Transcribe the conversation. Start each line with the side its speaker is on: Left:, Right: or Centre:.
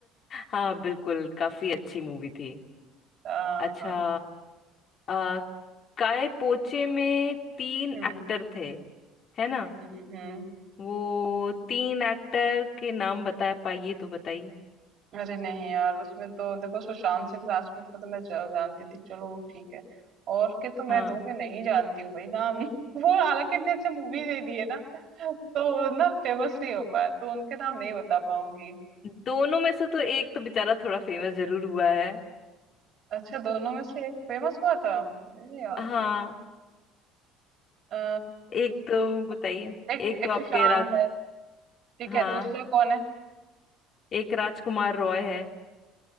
Left: हाँ बिल्कुल काफी अच्छी मूवी थी
Right: हाँ
Left: अच्छा
Right: हाँ
Left: आ, काए पोचे में तीन
Right: हम्म
Left: एक्टर थे है ना
Right: हम्म हम्म।
Left: वो तीन एक्टर के नाम बता पाइए तो बताइए
Right: अरे नहीं यार उसमें तो देखो सुशांत सिंह राजपूत को तो मैं ज- जानती थी चलो वो ठीक है और के तो मैं
Left: हाँ
Right: दो के नहीं जानती हूँ भाई नाम <laughs> वो हालांकि इतने अच्छे मूवी नहीं दिए ना तो ना फेमस नहीं हो पाया तो उनके नाम नहीं बता पाऊंगी
Left: दोनों में से तो एक तो बेचारा थोड़ा फेमस जरूर हुआ है
Right: अच्छा दोनों में से एक फेमस हुआ था अरे याद
Left: हाँ
Right: नहीं है
Left: एक तो बताइए
Right: कौन? एक
Left: एक
Right: एक
Left: तो आपके
Right: सुशांत है ठीक
Left: हाँ
Right: है दूसरा कौन है
Left: एक राजकुमार रॉय है